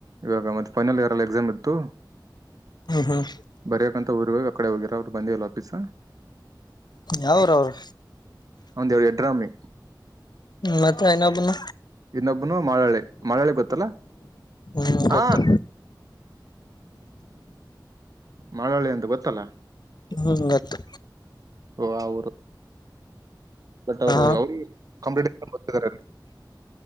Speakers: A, on the right (about 50°); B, on the left (about 65°).
A: ಇವಾಗ ಮತ್ತೆ ಫೈನಲ್ ಇಯರ್ ಅಲ್ಲಿ ಎಕ್ಸಾಮ್ ಇತ್ತು
B: ಹ್ಮ್
A: ಬರ್ಯಕಂತ ಊರ್ ಅಕಡೆ ಹೋಗಿರ ಅವರು ಬಂದಿಲ್ಲ ಸ
B: ಯಾವೂರ್ ಅವ್ರು
A: ಅವಂದ ಅವರು ಎಡ್ರಾಮಿ
B: ಹ್ಮ ಮತ್ತೆ ಇನ್ನೊಬ್ನ
A: ಇನ್ನೊಬ್ಬನು ಮಾಳಳ್ಳಿ ಮಾಳಳ್ಳಿ ಗೊತ್ತಲ್ಲ
B: ಹ್ಮ್
A: ಹ
B: ಗೊತ್ತು
A: ಮಳಳ್ಳಿ ಅಂತ ಗೊತ್ತಲ್ಲ
B: ಹ್ಮ್ ಗೊತ್ತು
A: ಓ ಊರು ಬಟ್ ಅವರು
B: ಹಾ
A: ಕಾಂಪಿಟಿಟಿವ್ ಎಕ್ಸಾಮ್ ಬರೆದಿದ್ದಾರೆ